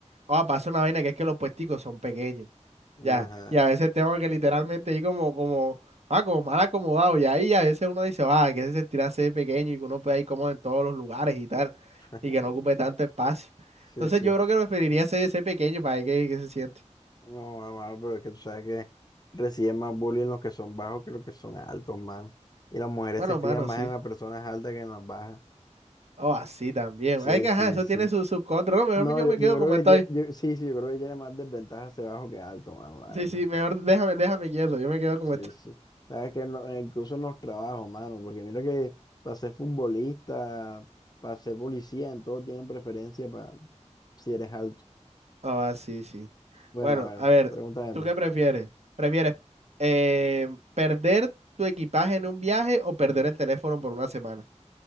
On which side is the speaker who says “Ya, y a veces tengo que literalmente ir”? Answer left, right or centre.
Right